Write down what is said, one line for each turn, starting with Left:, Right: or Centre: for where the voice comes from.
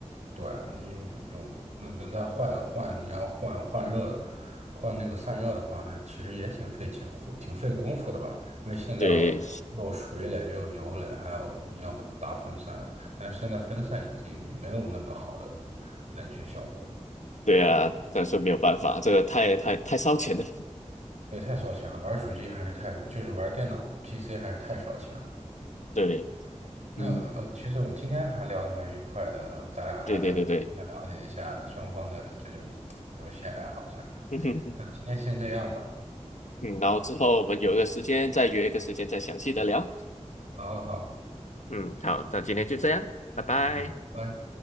Right: 对啊，你有那那那换换你要换换热的，换那个散热的话，那其实也挺费钱，挺费功夫的吧？因为现在
Left: 对
Right: 又水冷又油冷，还有你要不打风扇，但是现在风扇已经没有那么好的冷却效果了，
Left: 对啊，但是没有办法，这个太太太烧钱了，
Right: 因为太烧钱了。玩手机还是太，就是玩电脑 PC 还是太烧钱了。
Left: <laughs> 对，
Right: 那呃，
Left: 嗯，
Right: 其实我今天还聊得蛮愉快的，咱俩还得互相了解一下双方的这种游戏爱好啥的。
Left: 对对对对，<laughs>
Right: 那今天先这样吧。
Left: 嗯，然后之后我们有一个时间再约一个时间再详细的聊。
Right: 好好好，
Left: 嗯，好，那今天就这样，拜拜。
Right: 嗯，拜拜。